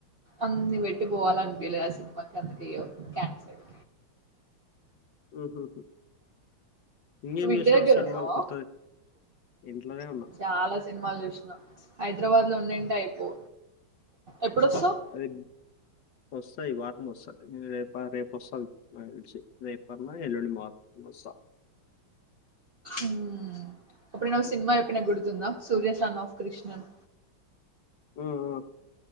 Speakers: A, on the right; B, on the left.
A: అన్ని వెట్టి పోవాల అనిపిలేదు ఆ సినిమాకి అందుకయ్య కన్సల్
B: ఉహు ఇంకేం
A: మీ ఇంటి
B: చూసినావు
A: దగ్గర
B: సినిమాలు
A: ఉన్నావా
B: కొత్తది ఇంట్లోనే ఉన్నా
A: చాలా సినిమాలు చూసిన హైదరాబాద్ లో ఉండేంటే అయిపో ఎప్పుడుొస్తావ్
B: అది వస్తాయి ఈ వారం వస్తాయి రేపు రేపు వస్తయి రేపు ఎల్లుండి మార్ వంది స
A: ఉమ్ అప్పుడు నా ఒక సినిమా ఎప్పిన గుడుతుందా సూర్యస్ రన్ ఆఫ్ కృష్ణన్
B: ఉమ్ ఆ